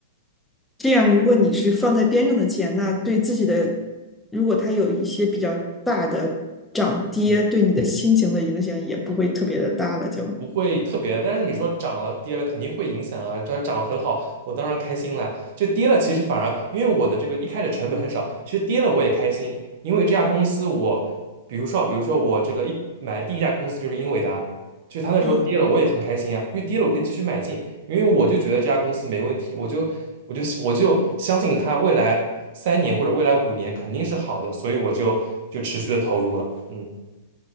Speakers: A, in the centre; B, on the right.
A: 这样，如果你是放在边上的钱，那对自己的，如果它有一些比较大的涨跌，
B: 嗯。
A: 对你的心情的影响也不会特别的大了就。
B: 不会特别的，但是你说涨了跌了肯定会影响啊。这涨了很好，我当然开心了。就跌了，其实反而因为我的这个一开始成本很少，其实跌了我也开心，因为这家公司我，比如说啊比如说我这个一买第一家公司就是英伟达，就它那时候跌了我也很开心啊，
A: 嗯，
B: 因为跌了我可以继续买进，因为我就觉得这家公司没问题，我就我就我就相信它未来三年或者未来五年肯定是好的，所以我就就持续的投入了。嗯，